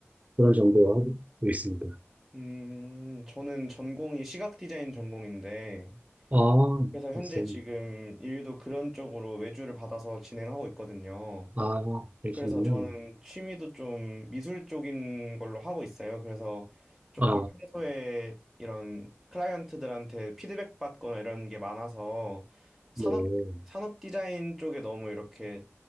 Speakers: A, on the right (about 30°); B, in the centre.
A: 그런 정도 하고 있습니다.
B: 음, 저는 전공이 시각 디자인 전공인데,
A: 아,
B: 그래서 현재
A: 글쎄요.
B: 지금 일도 그런 쪽으로 외주를 받아서 진행하고 있거든요.
A: 아, 그러시군요.
B: 그래서 저는 취미도 좀 미술 쪽인 걸로 하고 있어요. 그래서 조금
A: 아,
B: 평소에 이런 클라이언트들한테 피드백 받거나 이런 게 많아서 산업,
A: 네.
B: 산업 디자인 쪽에 너무 이렇게